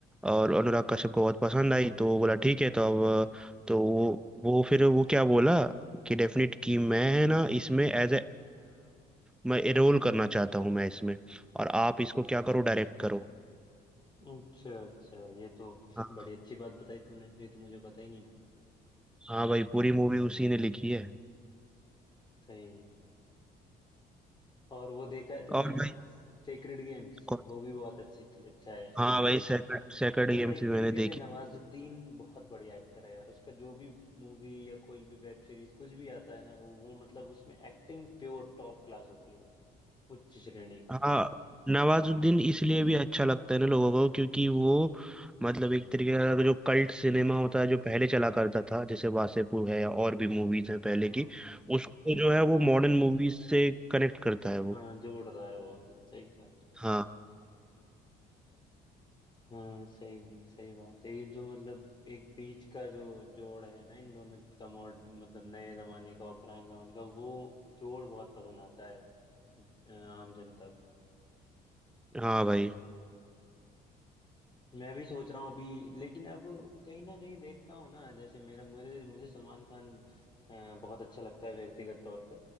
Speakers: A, in the centre; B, on the left (about 25°).
A: और अनुराग कश्यप को बहुत पसंद आई तो वो बोला ठीक है तो अब तो वो वो फिर वो क्या बोला कि डेफिनेट कि मैं है ना इसमें एज ए मैं रोल करना चाहता हूँ मैं इसमें और आप इसको क्या करो डायरेक्ट करो
B: अच्छा अच्छा ये तो
A: हाँ
B: बड़ी अच्छी बात बताई तूने ये तो मुझे पता ही नहीं था
A: हाँ भाई पूरी मूवी उसी ने लिखी है
B: सही है और वो देखा है तूने
A: और भाई
B: सेक्रेड गेम्स
A: कौन-
B: वो भी बहुत अच्छी चीज अच्छा है
A: हाँ भाई सैकड़ सैकड़
B: मतलब
A: गेम्स
B: एक
A: भी मैंने
B: तरीके
A: देखी
B: से नवाजुद्दीन बहुत बढ़िया एक्टर है यार उसका जो भी मूवी या कोई भी वेब सीरीज कुछ भी आता है ना वो वो मतलब उसमें एक्टिंग प्योर टॉप क्लास होती है उच्च श्रेणी की
A: हाँ नवाजुद्दीन इसलिए भी अच्छा लगता है ना लोगों को क्योंकि वो मतलब एक तरीके का जो कल्ट सिनेमा होता है जो पहले चला करता था जैसे वासेपुर है या और भी मूवीज हैं पहले
B: हम्म
A: की उसको जो है वो मॉडर्न मूवीज से कनेक्ट करता है वो
B: हाँ जोड़ रहा है वो सही का
A: हाँ
B: हाँ सही सही बात है ये जो मतलब एक बीच का जो जोड़ है ना इन दोनों का मॉड मतलब नए जमाने का और पुराने जमाने का वो जोड़ बहुत पसंद आता है अ, आम जनता को
A: हाँ भाई
B: मैं भी सोच रहा हूँ अभी लेकिन अब कहीं ना कहीं देखता हूँ ना जैसे मेरा मुझे मुझे सलमान खान अ, बहुत अच्छा लगता है व्यक्तिगत तौर पे